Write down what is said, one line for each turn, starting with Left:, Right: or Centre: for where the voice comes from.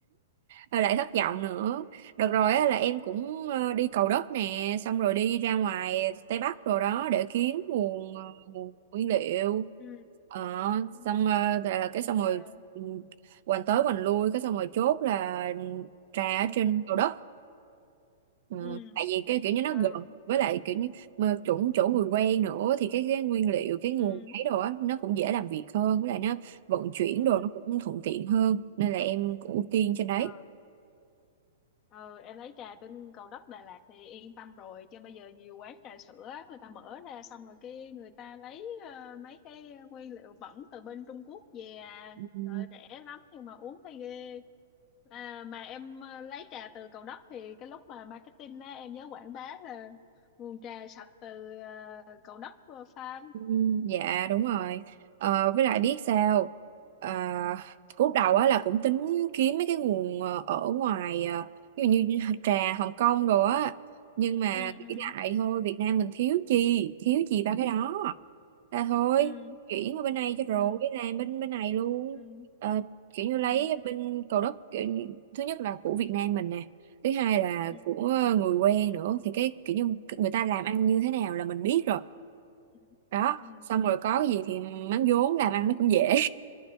Right: rồi lại thất vọng nữa được rồi á, là em cũng
Left: ừ
Right: ờ, đi cầu đất nè xong rồi đi ra ngoài Tây Bắc rồi đó để kiếm nguồn ờ, nguồn nguyên liệu
Left: ừ
Right: ờ,
Left: ừ
Right: xong ờ, là cái xong rồi
Left: à,
Right: ừ, hoành tới hoành lui cái xong rồi chốt là ừ, trà ở trên
Left: à,
Right: cầu đất Ờ,
Left: ừ
Right: tại vì cái kiểu như nó
Left: ừ
Right: gần với lại kiểu như mà chỗ chỗ người quen nữa thì cái, cái nguyên liệu cái nguồn
Left: ừ
Right: ấy đồ á nó cũng dễ làm việc hơn với lại nó vận chuyển
Left: ừ
Right: đồ nó cũng thuận tiện hơn nên là em cũng ưu tiên trên đấy
Left: ừ ừ em lấy trà trên Cầu Đất Đà Lạt thì yên tâm rồi chứ bây giờ nhiều quán trà sữa người ta mở ra xong rồi cái người ta lấy ờ, mấy cái nguyên liệu bẩn từ bên Trung Quốc về à.
Right: Ừ.
Left: rồi rẻ lắm nhưng mà uống thấy ghê à, mà em ờ, lấy trà từ Cầu Đất thì cái lúc mà marketing á em nhớ quảng bá là nguồn trà sạch từ ờ, Cầu Đất ờ, farm
Right: Ừ, dạ đúng rồi Ờ, với lại biết sao à, lúc đầu á là cũng tính kiếm mấy cái nguồn ờ, ở ngoài ờ, ví dụ như trà Hồng Kông rồi á nhưng mà
Left: ừ
Right: nghĩ
Left: ừ
Right: lại thôi Việt Nam mình thiếu chi thiếu gì ba cái đó là thôi
Left: ừ
Right: chuyển qua bên này cho
Left: ừ
Right: rồi làm bên bên này luôn
Left: ừ
Right: Ờ, kiểu như lấy
Left: ừ
Right: bên cầu đất kiểu, như- thứ nhất là của Việt Nam mình nè thứ hai là
Left: ừ ừ
Right: của người quen nữa thì cái kiểu như người ta làm ăn như thế nào là mình biết rồi
Left: ừ
Right: đó
Left: ừ.
Right: xong rồi có cái gì thì mắm vốn làm ăn nó cũng dễ